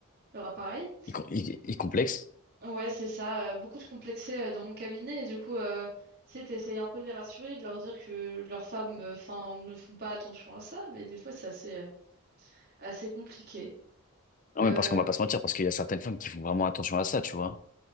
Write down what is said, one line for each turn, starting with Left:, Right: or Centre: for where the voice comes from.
Right: leur appareil.
Left: Il, co- il- il complexe.
Right: Ouais, c'est ça. euh, beaucoup de complexés euh, dans mon cabinet et du coup, euh, tu sais, t'essayes un peu de les rassurer, de leur dire que leurs femmes, euh, enfin, ne font pas attention à ça, mais des fois, c'est assez... euh, assez compliqué.
Left: Non,
Right: Euh,
Left: mais parce qu'on va pas se mentir, parce qu'il y a certaines femmes qui font vraiment attention à ça, tu vois.